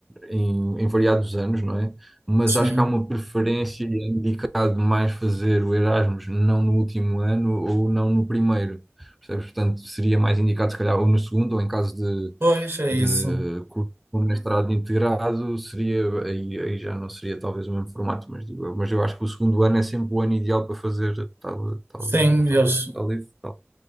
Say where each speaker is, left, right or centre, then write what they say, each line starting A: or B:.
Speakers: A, in the centre; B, on the right.
A: em, em variados anos, não é? Mas
B: Sim.
A: acho que há uma preferência e é indicado mais fazer o Erasmus não no último ano ou não no primeiro, percebes? Portanto, seria mais indicado, se calhar, ou no segundo, ou em caso de,
B: Pois, é
A: de
B: isso.
A: curso com mestrado integrado, seria, aí, aí já não seria talvez o mesmo formato, mas digo eu. mas eu acho que o segundo ano é sempre o ano ideal para fazer tal, tal,
B: Sim, eles,
A: tal Está livre? Está